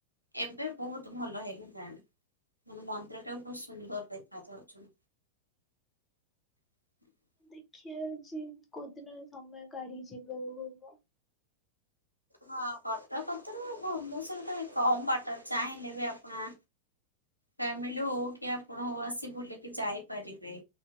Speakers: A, on the left; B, on the left.
A: ଏବେ ବହୁତ ଭଲ ହେଇଗଲାଣି ମାନେ ମନ୍ଦିରଟା ବହୁତ ସୁନ୍ଦର। ଦେଖାଯାଉଛନ। <inaudible>
B: ଦେଖିବା ଆଜି କୋଉଦିନରେ ସମୟ କାଢି ଯିବାକୁ ହବ।
A: ହଁ କଟକ କତୀରୁ ଭୁବନେଶ୍ବର ତ କମ ବାଟ ଚାହିଁଲେ ବି ଆପଣ। ଫ୍ୟାମିଲି ହଉ କି ଆପଣ ହଉ ଆସି ବୁଲିକି ଯାଇପାରିବେ।